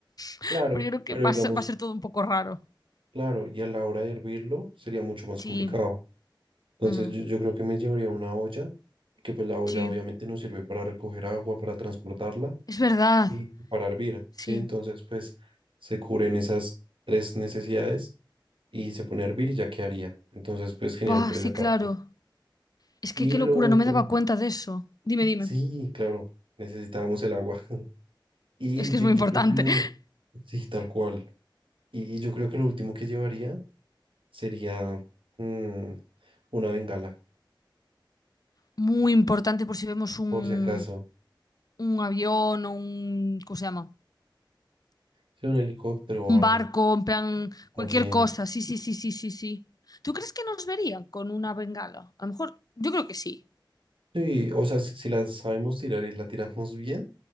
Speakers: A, on the left; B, on the right.
A: <laughs>
B: claro,
A: pero yo creo que
B: pero
A: va
B: digamos,
A: a ser, va a ser todo un poco raro.
B: claro, y a la hora de hervirlo sería mucho más
A: Sí.
B: complicado. Entonces,
A: Ujú.
B: yo, yo creo que me llevaría una olla, porque pues la olla
A: Sí,
B: obviamente nos sirve para recoger agua, para transportarla
A: es verdad.
B: y para hervir,
A: Sí.
B: ¿sí? Entonces, pues, se cubren esas tres necesidades y se pone a hervir y ya quedaría. Entonces, pues, genial
A: Buah,
B: por
A: sí,
B: esa parte.
A: claro. Es que
B: Y
A: qué locura,
B: lo otro,
A: no me daba cuenta de eso. Dime, dime.
B: sí, claro, necesitábamos el agua. Y
A: Es que
B: yo,
A: es muy
B: yo
A: importante.
B: creo que lo,
A: <laughs>
B: sí, tal cual. Y, y yo creo que lo último que llevaría sería mm, una bengala,
A: Muy importante por si vemos un,
B: por si acaso.
A: un avión o un, ¿cómo se llama?
B: Sí, un helicóptero o
A: Un
B: algo
A: barco, en plan, cualquier
B: también.
A: cosa. Sí, sí, sí, sí, sí, sí. ¿Tú crees que nos verían con una bengala? A lo mejor, yo creo que sí.
B: Sí, o sea, si, si la sabemos tirar y la tiramos bien,